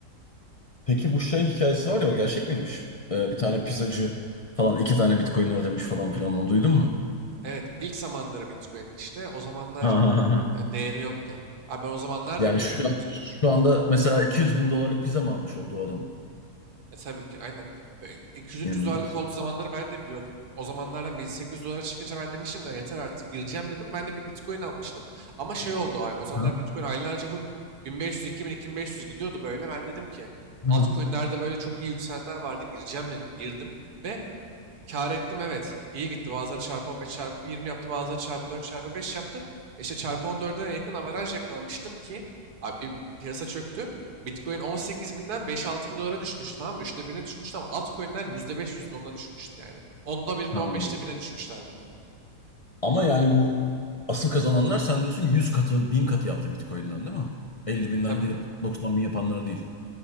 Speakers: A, on the left (about 65°); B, on the right (about 80°).
A: Peki bu şey hikayesi var ya o gerçek miymiş? Ee, bir tane pizzacı falan iki tane Bitcoin ödemiş falan filan onu duydun mu?
B: Evet ilk zamanları Bitcoin işte o zamanlar
A: Ha ha ha. ha.
B: e, değeri yokken. Abi ben o zamanlar
A: Yani
B: da biliyordum
A: şu,
B: Bitcoin'i.
A: şu anda mesela 200 bin dolarlık pizza mı almış oldu o adam?
B: E tabii ki aynen. E, 200-300
A: İnanılmaz.
B: dolarlık olduğu zamanları ben de biliyordum. O zamanlardan 1800 dolara çıkınca ben demiştim ki "Ya yeter artık gireceğim dedim. Ben de bir Bitcoin almıştım. Ama şey oldu abi o zamanlar
A: Hı hı.
B: Bitcoin aylarca full 1500, 2000, 2500 gidiyordu böyle. Ben dedim ki
A: Hı.
B: altcoin'lerde böyle çok iyi yükselenler vardı gireceğim dedim. Girdim ve Kâr ettim evet. İyi gitti. Bazıları çarpı 15 çarpı 20 yaptı. Bazıları çarpı 4 çarpı 5 yaptı. E, İşte çarpı 14'e yakın avaraj yakalamıştım ki abi piyasa çöktü. Bitcoin 18 binden 5-6 bin dolara düşmüştü tamam mı? Üçte birine düşmüştü ama altcoin'ler yüzde %10'a düşmüştü yani. Onda birine
A: Ha.
B: on beşte birine düşmüşlerdi.
A: Ama yani bu asıl kazananlar sen diyorsun 100 katı, 1000 katı yaptı Bitcoin'den değil mi? 50 binden
B: Tabii
A: girip 90 bin yapanlar değil.